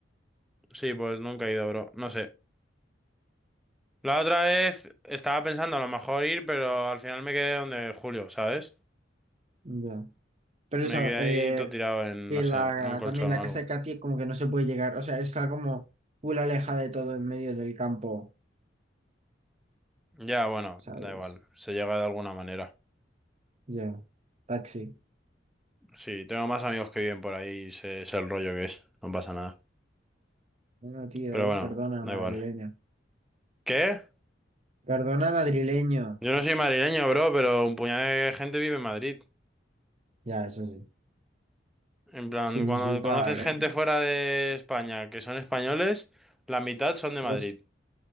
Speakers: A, in the centre; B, on the right (about 35°).
A: Sí, pues nunca he ido, bro. No sé. La otra vez estaba pensando a lo mejor ir, pero al final me quedé donde Julio, ¿sabes?
B: Ya. Pero
A: Me
B: eso,
A: quedé ahí
B: eh,
A: todo tirado en,
B: que
A: no sé,
B: la,
A: en un colchón
B: también la
A: o
B: casa
A: algo.
B: de Katy es como que no se puede llegar, o sea, está como full alejada de todo en medio del campo,
A: Ya, bueno,
B: ¿sabes?
A: da igual, se llega de alguna manera.
B: Ya, taxi.
A: Sí, tengo más
B: Sí,
A: amigos
B: sí.
A: que viven por ahí y sé, sé el rollo que es, no pasa nada.
B: Bueno, tío,
A: Pero
B: eh,
A: bueno,
B: perdona,
A: da
B: madrileño.
A: igual. ¿Qué?
B: Perdona, madrileño.
A: Yo no soy madrileño, bro, pero un puñado de gente vive en Madrid.
B: Ya, eso sí,
A: En plan,
B: sin
A: cuando
B: insultar.
A: conoces
B: eh.
A: gente fuera de España que son españoles, la mitad son de
B: Pues,
A: Madrid.